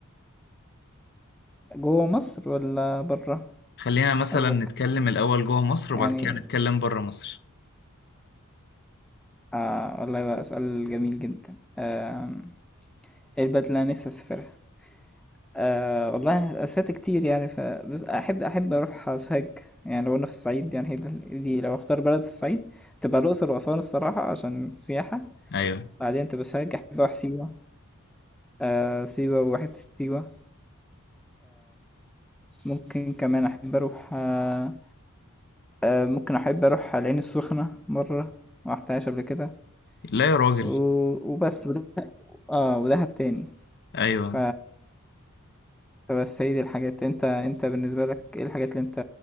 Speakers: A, in the centre; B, on the left.
A: جوه مصر ولا برا
B: خلينا مثلا
A: قصدك
B: نتكلم الأول جوه مصر
A: يعني
B: وبعد كده نتكلم بره مصر
A: آه والله بقى سؤال جميل جدا آه إيه البلد اللي أنا نفسي أسافرها آه والله أنا سافرت كتير يعني ف بس أحب أحب أروح سوهاج يعني لو أنا في الصعيد يعني هي دي دي لو أختار بلد في الصعيد تبقى الأقصر وأسوان الصراحة عشان السياحة
B: أيوه
A: بعدين تبقى سوهاج أحب أروح سيوة آه سيوة وواحد سيوة ممكن كمان أحب أروح آه آه ممكن أحب أروح العين السخنة مرة ما رحتهاش قبل كده
B: لا يا راجل
A: و- وبس وده اه ودهب تاني
B: أيوه
A: ف فبس هي دي الحاجات انت انت بالنسبة لك ايه الحاجات اللي انت